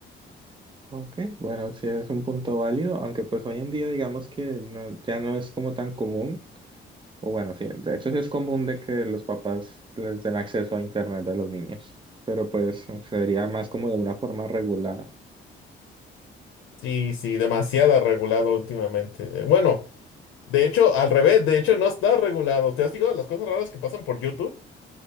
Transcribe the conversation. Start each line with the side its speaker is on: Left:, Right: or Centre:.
Right: Ok, bueno, sí es un punto válido, aunque pues hoy en día digamos que no, ya no es como tan común. O bueno, sí, de hecho sí es común de que los papás les den acceso a internet a los niños, pero pues sería más como de una forma regulada.
Left: Sí, sí, demasiado regulado últimamente. Eh, Bueno, de hecho, al revés, de hecho no está regulado. ¿Te has fijado las cosas raras que pasan por YouTube?